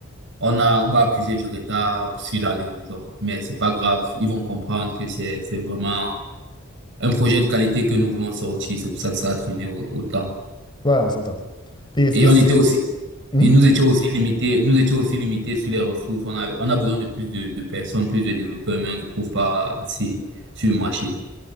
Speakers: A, on the right (about 60°); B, on the left (about 20°).
A: on a, on va accuser du retard sur la livraison. Mais c'est pas grave. Ils vont comprendre que c'est, c'est vraiment un projet de qualité que nous voulons sortir. C'est pour ça que ça a traîné au- autant.
B: ouais, on s'entend. Puis est-ce
A: Et
B: que
A: on
B: c'est.
A: était aussi,
B: Mhm.
A: et nous étions aussi limités, nous étions aussi limités sur les ressources. On avait, on a besoin de plus de, de personnes, plus de développeurs, mais on ne trouve pas assez sur le marché.